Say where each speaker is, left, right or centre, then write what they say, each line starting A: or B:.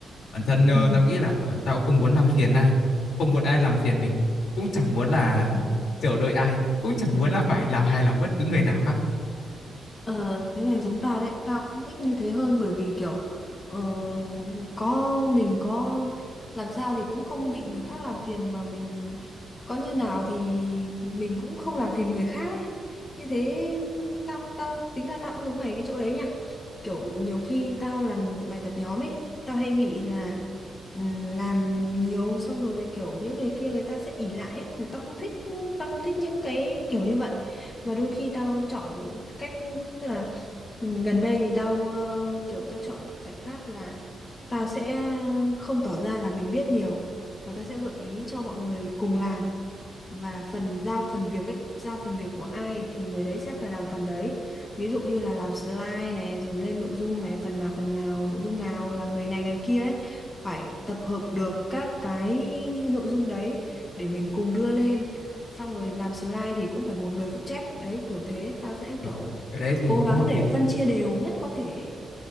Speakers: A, on the left (about 70°); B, on the left (about 25°).
A: bản thân ờ,
B: Ừ.
A: tao nghĩ là tao không muốn làm phiền ai không muốn ai làm phiền mình cũng chẳng muốn là
B: Ừ.
A: chờ đợi ai cũng chẳng muốn là phải làm hài lòng bất cứ người nào khác
B: Ờ, thế mày giống tao đấy, tao cũng thích như thế hơn bởi vì kiểu ờ, có mình có làm sao thì cũng không bị người khác làm phiền mà mình có như nào thì mình cũng không làm phiền người khác ấy. Như thế tao tao tính ra tao cũng giống mày cái chỗ đấy nha. Kiểu nhiều khi tao làm bài tập nhóm ấy, tao hay bị là ừm, làm nhiều xong rồi kiểu những người kia người ta sẽ ỉ lại ấy, rồi tao không thích tao không thích những cái kiểu như vậy và đôi khi tao chọn cách tức là gần đây thì tao ờ, kiểu tao chọn giải pháp là tao sẽ ờ, không tỏ ra là mình biết nhiều và tao sẽ gợi ý cho mọi người cùng làm và phần giao phần việc ấy giao phần việc của ai thì người đấy sẽ phải làm phần đấy ví dụ như là làm slide này rồi lên nội dung này phần nào phần nào nội dung nào là người này người kia ấy phải tập hợp được các cái nội dung đấy để mình cùng đưa lên xong rồi làm slide thì cũng phải một người phụ trách đấy kiểu thế tao sẽ
A: Ờ.
B: kiểu
A: cái đấy thì
B: cố
A: cũng
B: gắng
A: hợp
B: để
A: lý
B: phân chia đều nhất có thể ấy.